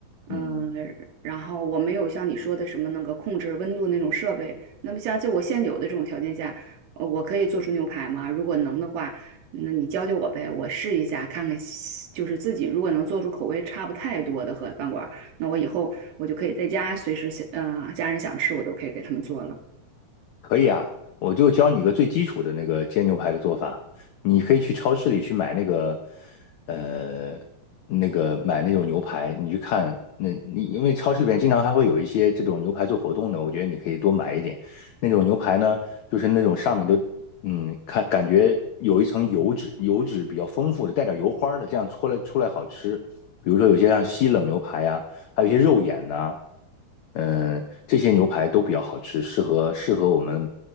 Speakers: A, on the right (about 70°); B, on the left (about 80°).
A: 嗯，
B: 嗯。
A: 然后我没有像你说的什么那个控制温度那种设备。那么像就我现有的这种条件下，呃我可以做出牛排吗？如果能的话，那你教教我呗，我试一下看看，就是自己如果能做出口味差不太多的和饭馆儿，那我以后我就可以在家随时想，呃，家人想吃我都可以给他们做了。
B: 可以啊，我就教你一个最基础的那个煎牛排的做法。你可以去超市里去买那个，呃，那个买那种牛排，你去看那你因为超市里边经常还会有一些这种牛排做活动的，我觉得你可以多买一点。那种牛排呢，就是那种上面都嗯看感觉有一层油脂，油脂比较丰富的，带点油花的，这样搓来出来好吃。比如说有些像西冷牛排啊，还有一些肉眼呐、嗯，呃这些牛排都比较好吃，适合适合我们